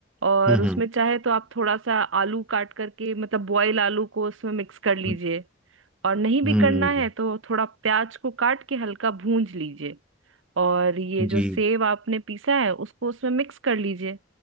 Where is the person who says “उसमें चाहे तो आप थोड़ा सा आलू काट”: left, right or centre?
Right